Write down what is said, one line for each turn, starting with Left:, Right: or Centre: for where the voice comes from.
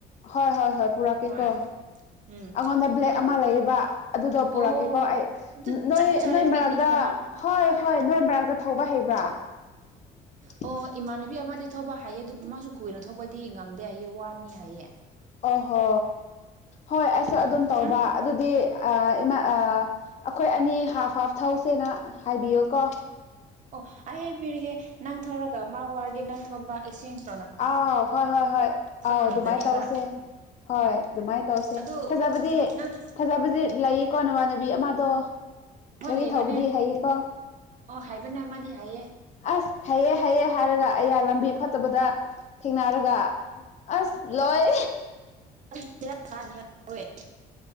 Left: ꯍꯣꯏ ꯍꯣꯏ ꯍꯣꯏ ꯄꯨꯔꯛꯀꯦꯀꯣ
Right: ꯍꯣꯏ ꯎꯝ
Left: ꯑꯉꯣꯟꯗ ꯕ꯭ꯂꯦꯛ
Right: ꯑꯗꯨ
Left: ꯑꯃ ꯂꯩꯌꯦꯕ꯫ ꯑꯗꯨꯗꯣ ꯄꯨꯔꯛꯀꯦꯀꯣ
Right: ꯑꯣ
Left: ꯑꯩ
Right: ꯑꯗꯨ
Left: ꯅꯣꯏ
Right: ꯆꯞ ꯆꯥꯔꯦ
Left: ꯅꯣꯏ ꯃꯔꯛꯇ
Right: ꯄꯤꯛꯅꯤꯛꯒꯤꯗꯃꯛ
Left: ꯍꯣꯏ ꯍꯣꯏ ꯅꯣꯏ ꯃꯔꯛꯇ ꯊꯧꯕ ꯍꯩꯕ꯭ꯔꯥ <inaudible>
Right: ꯑꯣ ꯏꯃꯥꯟꯅꯕꯤ ꯑꯃꯗꯤ ꯊꯧꯕ ꯍꯥꯏꯌꯦ ꯑꯗꯨꯕꯨ ꯃꯥꯁꯨ ꯀꯨꯏꯅ ꯊꯧꯕꯗꯤ ꯉꯝꯗꯦ ꯍꯥꯏꯌꯦ ꯋꯥꯅꯤ ꯍꯥꯏꯌꯦ꯫
Left: ꯑꯣꯍꯣ ꯍꯣꯏ ꯑꯩꯁꯨ
Right: ꯎꯝ
Left: ꯑꯗꯨꯝ ꯇꯧꯕ
Right: ꯅꯪ
Left: ꯑꯗꯨꯗꯤ ꯑ ꯏꯃꯥ ꯑ ꯑꯈꯣꯏ ꯑꯅꯤ ꯍꯥꯐ ꯍꯥꯐ ꯊꯧꯁꯦꯅ ꯍꯥꯏꯕꯤꯌꯨꯀꯣ
Right: ꯑꯣ ꯑꯩ ꯍꯥꯏꯕꯤꯔꯤꯒꯦ ꯅꯪ ꯊꯧꯔꯒ ꯃꯥ ꯋꯥꯔꯗꯤ ꯅꯪ ꯊꯄ ꯑꯦꯛꯆꯦꯟꯁ꯫
Left: ꯑꯥꯎ ꯍꯣꯏ ꯍꯣꯏ ꯍꯣꯏ ꯑꯥꯎ
Right: ꯉꯝꯒꯅꯦꯕ
Left: ꯑꯗꯨꯃꯥꯏꯅ ꯇꯧꯁꯦ ꯍꯣꯏ ꯑꯗꯨꯃꯥꯏ ꯇꯧꯁ꯫
Right: ꯑꯗꯨ
Left: ꯊꯥꯖꯕꯗꯤ
Right: ꯅꯪ
Left: ꯊꯥꯖꯕꯗꯤ ꯂꯩꯌꯦꯀꯣ ꯅꯃꯥꯟꯅꯕꯤ ꯑꯃꯗꯣ
Right: ꯍꯣꯏ
Left: ꯒꯔꯤ
Right: ꯂꯩꯕꯅꯦ
Left: ꯊꯧꯕꯗꯤ ꯍꯩꯌꯦꯀꯣ
Right: ꯑꯣ ꯍꯥꯏꯕꯅꯦ ꯃꯥꯗꯤ ꯍꯥꯏꯌꯦ
Left: ꯑꯁ ꯍꯩꯌꯦ ꯍꯩꯌꯦ ꯍꯥꯏꯔꯒ ꯑꯩꯌꯥ ꯂꯝꯕꯤ ꯐꯠꯇꯕꯗ ꯊꯦꯡꯅꯔꯒ ꯑꯁ ꯂꯣꯏ
Right: ꯑꯁ ꯕꯦꯔꯥ ꯀꯅꯤꯍꯦ ꯑꯈꯣꯏ